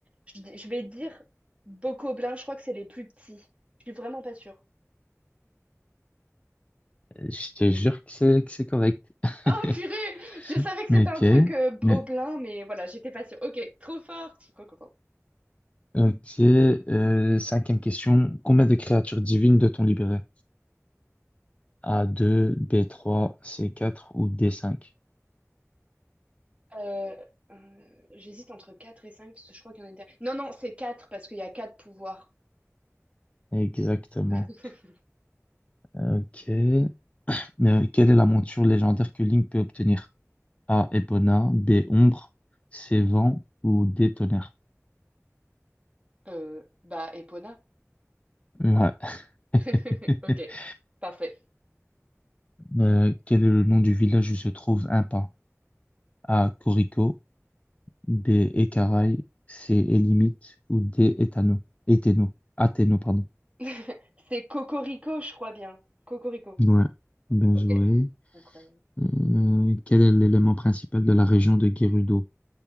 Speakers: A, on the right; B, on the left.
A: Je, je vais dire Bokoblin, je crois que c'est les plus petits. Je suis vraiment pas sûre.
B: Je te jure que c'est que c'est correct. <laughs>
A: Oh purée, je savais que c'était
B: Ok.
A: un truc euh,
B: Mais-
A: au plein, mais voilà, j'étais pas sûre. Ok, trop fort, je suis trop contente.
B: Ok. euh, cinquième question. Combien de créatures divines doit-on libérer? a deux, b trois, c quatre ou d cinq.
A: Euh, euh, j'hésite entre quatre et 5, parce que je crois qu'il y en a une dernière. Non, non, c'est 4 parce qu'il y a quatre pouvoirs.
B: Exactement.
A: <laughs>
B: Ok. Euh, quelle est la monture légendaire que Link peut obtenir? A. Epona, B. Ombre, C. Vent ou D. Tonnerre?
A: Euh, bah, Epona.
B: Ouais.
A: <laughs>
B: <laughs>
A: Ok, parfait.
B: Euh, quel est le nom du village où se trouve un pain? A. Corico, B. Écaraille. C. Élimite. Ou D. Éthano. Éthéno. Athéno, pardon.
A: <laughs> C'est Cocorico, je crois bien. Cocorico.
B: Ouais, bien
A: Ok,
B: joué.
A: incroyable.
B: Euh, quel est l'élément principal de la région de Gerudo?